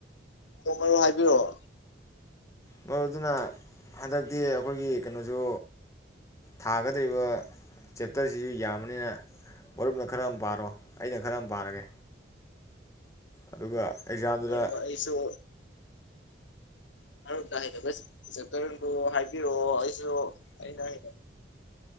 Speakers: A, on the left; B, on the left.
A: ꯑꯣ ꯃꯔꯨꯞ ꯍꯥꯏꯕꯤꯔꯛꯑꯣ
B: ꯃꯔꯨꯞ ꯑꯗꯨꯅ ꯍꯟꯗꯛꯇꯤ ꯑꯈꯣꯏꯒꯤ ꯀꯩꯅꯣꯁꯨ ꯊꯥꯒꯗꯧꯔꯤꯕ ꯆꯦꯞꯇꯔꯁꯤꯁꯨ ꯌꯥꯝꯕꯅꯤꯅ ꯃꯔꯨꯞꯅ ꯈꯔ ꯑꯃ ꯄꯥꯔꯣ ꯑꯩꯅ ꯈꯔ ꯑꯃ ꯄꯥꯔꯒꯦ ꯑꯗꯨꯒ ꯑꯦꯛꯖꯥꯝꯗꯨꯗ
A: ꯃꯔꯨꯞ ꯑꯩꯁꯨ ꯃꯔꯨꯞꯅ ꯍꯩꯅꯕ ꯆꯦꯞꯇꯔꯗꯨ ꯍꯥꯏꯕꯤꯔꯛꯑꯣ ꯑꯩꯁꯨ ꯑꯩꯅ ꯍꯩ